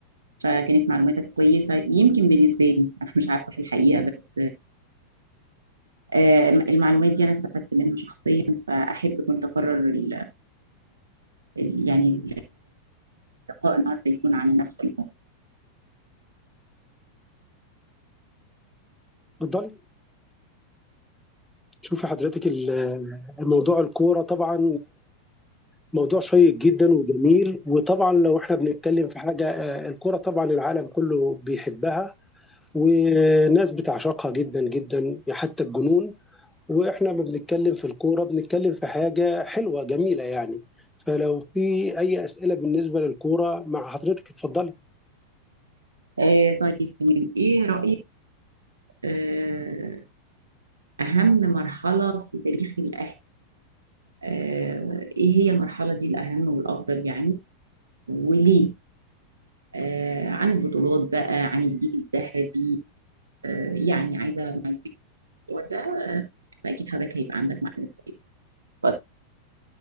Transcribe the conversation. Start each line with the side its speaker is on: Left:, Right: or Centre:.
Right: فكانت معلوماتك كويسة يمكن بالنسبة لي انا مش عارفة في الحقيقة بس آه المعلومات دي انا استفدت منها شخصيا فاحب كنت اكرر ال... ال- يعني لقاء النهارده يكون عن نفس الموضوع
Centre: اتفضلي شوفي حضرتك ال- موضوع الكورة طبعا موضوع شيق جدا وجميل وطبعا لو احنا بنتكلم في حاجة آه، الكورة طبعا العالم كله بيحبها وناس بتعشقها جدا جدا حتى الجنون واحنا ما بنتكلم في الكورة بنتكلم في حاجة حلوة جميلة يعني فلو في اي أسئلة بالنسبة للكورة مع حضرتك اتفضلي
Right: آه طيب تمام ايه رأيك آه اهم مرحلة في تاريخ الاهل آه ايه هي المرحلة دي الاهم والافضل يعني وليه آه عن البطولات بقى عن الجيل الذهبي آه يعني عايزة معلومات في الموضوع ده فاكيد حضرتك هيبقى عندك معلومات كويسة. اتفضل.